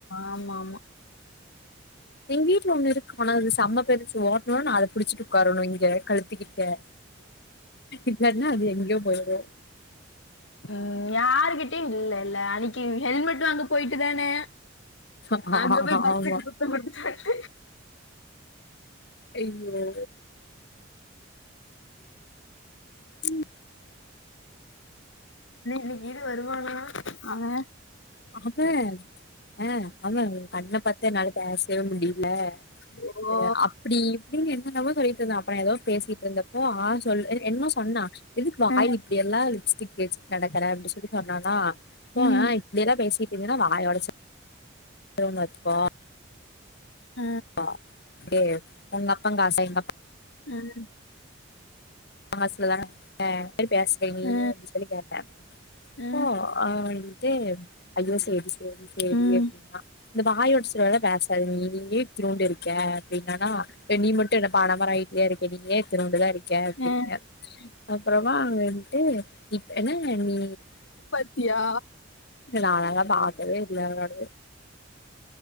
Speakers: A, on the left (about 70°); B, on the left (about 55°).
A: ஆமா மா
B: எங்க வீட்ல ஒண்ணு இருக்கு ஆனா அது செம்ம பெருசு ஓட்னுனு அத புடிச்சிட்டு உட்காரனு இங்க கழு த்துகிட்ட இல்லாட்னா அது எங்கேயோ போயோ போயோ
A: ம் யாருகிட்டயு இல்லல்ல அன்னைக்கி ஹெல்மெட் வாங்க போயிட்டு தான
B: ஆமா
A: அங்க போய் பஸ்ஸுக்கு முத்தோ குடுத்துடாரு
B: அய்யோ உம்
A: னே இன்னைக்கிகீது வருவானா அவே
B: அவே அ அவே கண்ண பாத்தே நாலு பேசவே முடில
A: ஓ!
B: அ அப்டி தீடீர்னு என்னன்னமோ சொல்லிட்டுருந்தா அப்பறோ எதோ பேசிட்டு இருந்தப்போ ஆ சொல்லு என்னமோ சொன்னா எதுக்கு வாய்
A: அ,
B: இப்டிய யெல்லா லிப்ஸ்டிக் தேச்சு கெடக்கற அப்டி சொல்லி சொன்னானா ஓ
A: ம்,
B: ஹாய் இப்டியெல்லா பேசிட்டீருந்தனா வாய ஒடச்சுரு வுட்டுவே பாத்துகோ
A: அ,
B: ப்பா ஏ உங்க அப்பங்காசே எங்கப்
A: ம்
B: காசுலதே ஆஹ் இந்த மாரி பேசுவை நீயு
A: அ,
B: அப்டி சொல்லி கேட்டே
A: அ,
B: ஓ அ ட்டே அய்யோ சேரி சேரி சேரி
A: ம்,
B: அப்டினா இந்த வாய ஒடச்சிவேலெல்லா பேசாது நீ நீயே இத்துனுண்டு இருக்க அப்டின்னானா அப்ப நீ மட்டு என்ன பானாமர அயிட்லயா இருக்க நீயே இத்துனுண்டு தா இருக்க அப்டின்ய
A: அ,
B: அப்பறமா அங்க இருந்ன்ட்டு இப்ப என்ன நீ
A: த்தியா
B: இல்ல நானு அங்க பாக்கவே இல்ல அவனோடது